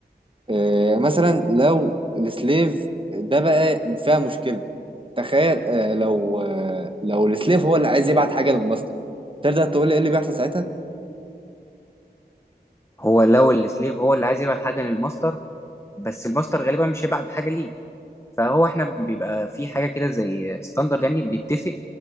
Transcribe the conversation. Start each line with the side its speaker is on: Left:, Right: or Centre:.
Right: آه مثلا لو السليف ده بقى فيها مشكله تخيل آه لو آه لو السليف هو اللي عايز يبعت حاجه للماستر تقدر تقول لي ايه اللي بيحصل ساعتها
Left: هو لو السليف هو اللي عايز يبعت حاجه للماستر بس الماستر غالبا مش هيبعت حاجه ليه فهو احنا بيبقى في حاجه كده زي ستاندرد يعني بنتفق